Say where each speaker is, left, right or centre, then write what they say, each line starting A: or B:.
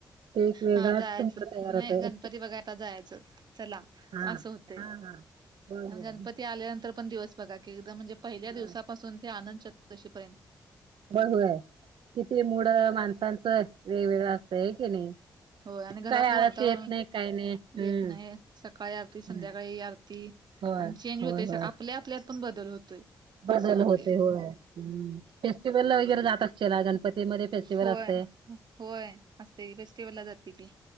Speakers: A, on the right; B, on the right.
A: ते एक वेगळाच.
B: हा जायचं
A: तयार
B: नाही
A: होतय
B: गणपती वगैर जायचं चला
A: हा
B: असं होत.
A: हा हा. होय
B: आणि
A: होय
B: गणपती आल्यानंतर पण दिवस बघा की एकदम म्हणजे पहिल्या.
A: हा
B: <inaudible> पाून ते आनंद चतुर्दशी पर्यंत
A: बघू आहे किती मुळ माणसांचं वेगवेगळं असतय की नाही.
B: होय आणि घरातलं
A: काय आळस
B: वातावरण
A: येत नाही काही नाही हम्म
B: येत नाही सकाळी आरती संध्याकाळी
A: हम्म
B: आरती.
A: होय
B: आणि चेंज
A: होय
B: होतय सर
A: होय.
B: आपल्या आपल्यात पण बदल होतोय.
A: बदल
B: असं होतय
A: होते होय फेस्टिवल वगैरे जात असतेला गणपतीमध्येध्ये फेस्टिवल
B: होय
A: असते.
B: होय असते फेस्टिव्हल ला जाते की.